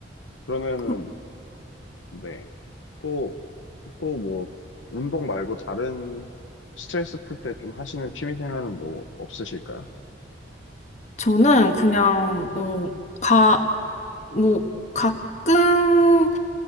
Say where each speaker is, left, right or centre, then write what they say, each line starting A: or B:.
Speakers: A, on the left (about 85°); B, on the left (about 40°).
A: 그러면은
B: 그-
A: 네. 또 또 뭐 운동 말고 다른 스트레스 풀 때 좀 하시는 취미 생활은 뭐 없으실까요?
B: 저는 그냥, 어, 가, 뭐, 가끔,